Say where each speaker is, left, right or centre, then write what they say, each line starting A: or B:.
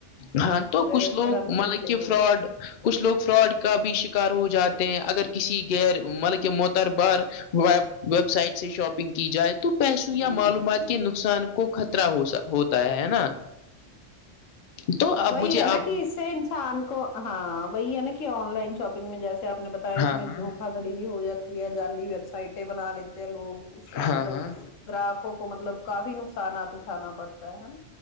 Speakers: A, on the left; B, on the left.
A: ہاں تو
B: اگر
A: کچھ لوگ
B: ترنت
A: ملک
B: کچھ لینا
A: کہ فراڈ کچھ لوگ فراڈ کا بھی شکار ہو جاتے ہیں اگر کسی غیر مطلب کہ موتربار وب ویب سائٹ سے شاپنگ کی جائے تو پیسوں
B: ہو
A: یا
B: ہوں
A: معلومات کے نقصان کو خطرہ ہو ہوتا ہے ہے نا تو اب
B: وہی
A: مجھے
B: ہے
A: آپ
B: نا کہ اس انسان کو ہاں وہی ہے نا کہ آن لائن شاپنگ میں جیسے آپ نے بتایا اس
A: ہاں
B: میں
A: ہاں
B: دھوکا دڑی بھی ہو جاتی ہے جعالی ویب سائٹیں بنا لیتے ہیں لوگ اس سے مطلب
A: ہاں ہاں
B: گراہکوں کو مطلب کافی نقصانات اٹھانا پڑتا ہے ہے نا